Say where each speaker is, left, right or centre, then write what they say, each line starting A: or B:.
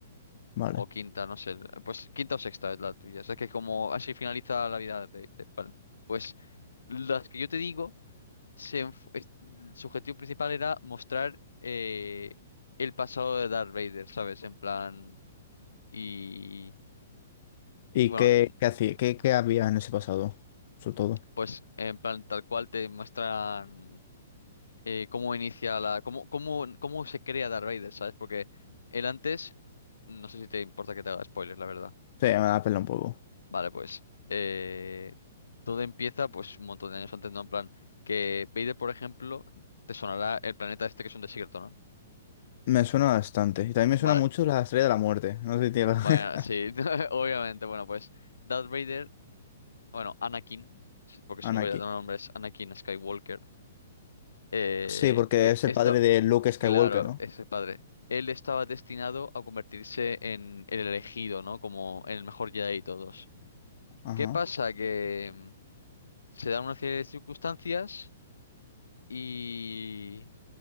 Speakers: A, on the left (about 55°); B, on the left (about 85°).
A: Vale.
B: o quinta, no sé, pues quinta o sexta es la tuya, o sea, que como así finaliza la vida de, de- vale. Pues las que yo te digo, se enf- es- su objetivo principal era mostrar eh, el pasado de Darth Vader, ¿sabes? En plan, y...
A: ¿Y
B: Bueno,
A: qué, qué hacía, qué, qué había en ese pasado? Sobre todo.
B: Pues en plan tal cual te muestran eh, cómo inicia la, cómo, cómo, cómo se crea Darth Vader, ¿sabes? Porque él antes, no sé si te importa que te haga spoilers la verdad.
A: Sí, me la pela un poco.
B: Vale, pues eh, todo empieza pues un montón de años antes, ¿no? En plan que Vader, por ejemplo, te sonará el planeta este que es un desierto, ¿no?
A: Me suena bastante. Y también me
B: Vale,
A: suena mucho la Estrella de la Muerte. No sé si tiene
B: m-
A: la-
B: bueno, sí, <laughs> obviamente, bueno, pues Darth Vader, bueno, Anakin, porque
A: <laughs>
B: su
A: Anakin.
B: verdadero nombre es Anakin Skywalker. Eh,
A: Sí, porque
B: e-
A: es el
B: esta,
A: padre de Luke Skywalker,
B: claro,
A: ¿no?
B: es el padre. Él estaba destinado a convertirse en el elegido, ¿no? Como en el mejor Jedi de todos.
A: Ajá.
B: ¿Qué pasa? Que mm, se dan una serie de circunstancias y,